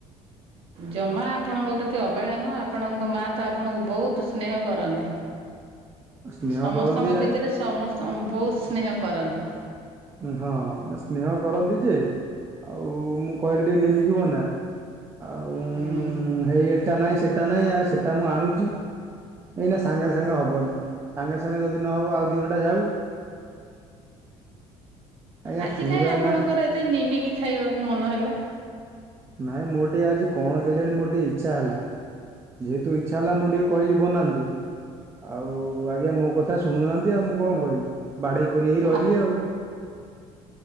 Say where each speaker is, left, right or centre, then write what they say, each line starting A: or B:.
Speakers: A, on the right; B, on the right.
A: ଜମା ଆପଣଙ୍କ ପ୍ରତି ଅବହେଳା ନୁହଁ ଆପଣଙ୍କ ମାଆ ତ ଆପଣଙ୍କୁ ବହୁତ ସ୍ନେହ କରନ୍ତି।
B: ସ୍ନେହ
A: ସମସ୍ତଙ୍କ
B: କରନ୍ତି
A: ଭିତରେ ସମସ୍ତ ବହୁତ ସ୍ନେହ କରନ୍ତି।
B: ହଁ ନା ସ୍ନେହ କରନ୍ତି ଯେ ଆଉ ମୁଁ କହିଲି ଟିକେ ନିମିିକି ବନା। ଆଉ
A: ହୁଁ।
B: ହେଇ ଏଟା ନାହିଁ ସେଟା ନାହିଁ ଆରେ ସେଇଟା ମୁଁ ଆଣୁଛି। ନାଇଁ ନା ସାଙ୍ଗେ ସାଙ୍ଗେ ହେବନି ସାଙ୍ଗେ ସାଙ୍ଗେ ଯଦି ନହେବ ଆଉ ଦୁଇ ଘଣ୍ଟା ଯାଉ ଆଜ୍ଞା
A: ଆଜି
B: ଶୁଣିବାର
A: କାହିଁ ଆପଣଙ୍କର
B: ନାହିଁ
A: ଏତେ ନିମିକି ଖାଇବାକୁ ମନ ହେଲା?
B: ନାଇଁ ମୋର ଟିକେ ଆଜି କଣ କେଜାଣି ମୋର ଟିକେ ଇଚ୍ଛା ହେଲା। ଯେହେତୁ ଇଚ୍ଛା ହେଲା ମୁଁ ଟିକେ କହିଲି ବନାନ୍ତୁ। ଆଉ ଆଜ୍ଞା ମୋ କଥା ଶୁଣୁନାହାନ୍ତି ଆଉ ମୁଁ କଣ କରିବି ବାଡେଇ କରି ହେଇ ରହିଲି
A: ଆ
B: ଆଉ